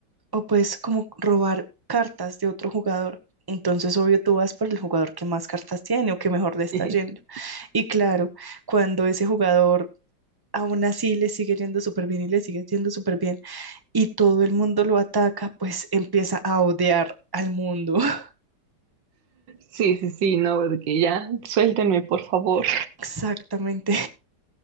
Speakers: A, on the right (about 15°); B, on the right (about 90°).
A: o puedes como robar cartas de otro jugador. Entonces, obvio, tú vas por el jugador que más cartas tiene o que mejor le está
B: <laughs>
A: yendo. Y claro, cuando ese jugador aún así le sigue yendo súper bien y le sigue yendo súper bien y todo el mundo lo ataca, pues empieza a odiar al mundo. <laughs>
B: Sí, sí, sí, no, de que ya, suéltenme, por favor.
A: Exactamente.